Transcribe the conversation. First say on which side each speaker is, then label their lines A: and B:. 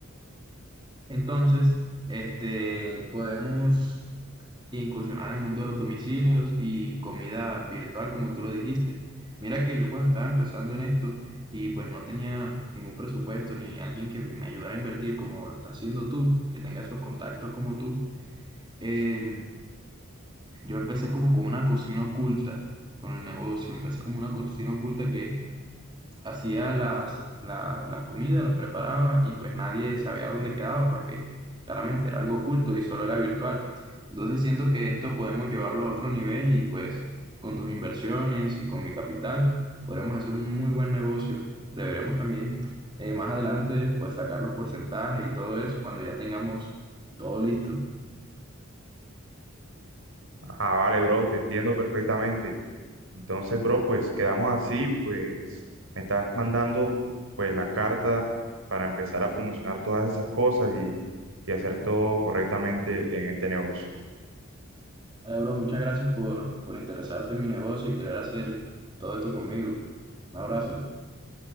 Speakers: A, on the right (about 25°); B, on the right (about 70°).
A: Entonces, este, podemos incursionar en el mundo de los domicilios y comida virtual, como tú lo dijiste. Mira que yo cuando estaba empezando en esto y pues no tenía ningún presupuesto ni alguien que me ayudara a invertir como lo estás haciendo tú, que tenga esos contactos como tú, em, yo empecé como con una cocina oculta con el negocio. Empecé como una cocina oculta que hacía las, la- las comidas, las preparaba y pues nadie sabía dónde quedaba porque claramente era algo oculto y solo era virtual. Entonces siento que esto podemos llevarlo a otro nivel y pues con tus inversiones y con mi capital podremos hacer un muy buen negocio. Deberemos también eh, más adelante pues sacar los porcentajes y todo eso cuando ya tengamos todo listo.
B: Ah, vale, bro, te entiendo perfectamente. Entonces, bro, pues quedamos así, pues me estás mandando pues la carta para empezar a promocionar todas esas cosas y, y hacer todo correctamente en este negocio.
A: Vale, bro, muchas gracias por, por interesarte en mi negocio y querer hacer todo esto conmigo. Un abrazo.